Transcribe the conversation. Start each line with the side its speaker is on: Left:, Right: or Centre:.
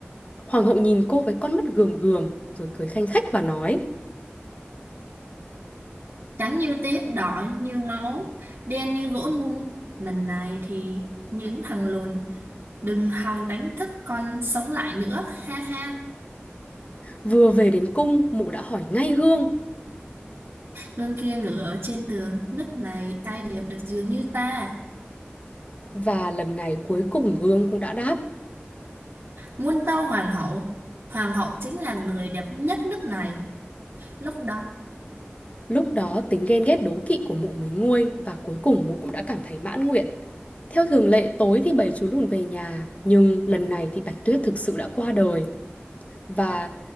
Left: Hoàng hậu nhìn cô với con mắt gườm gườm, rồi cười khanh khách và nói,
Right: trắng như tiết đỏ như máu đen như gỗ mung lần này thì những thằng lùn Đừng hòng đánh thức con sống lại nữa, ha ha.
Left: vừa về đến cung, mụ đã hỏi ngay Gương.
Right: Gương kia ngự ở trên tường, nước này ai đẹp được dường như ta.
Left: Và lần này cuối cùng Gương cũng đã đáp,
Right: Muôn tâu hoàng hậu, hoàng hậu chính là người đẹp nhất nước này. Lúc đó,
Left: Lúc đó tính ghen ghét đố kỵ của mụ mới nguôi và cuối cùng mụ cũng đã cảm thấy mãn nguyện. Theo thường lệ tối thì bầy chú lùn về nhà, nhưng lần này thì Bạch Tuyết thực sự đã qua đời và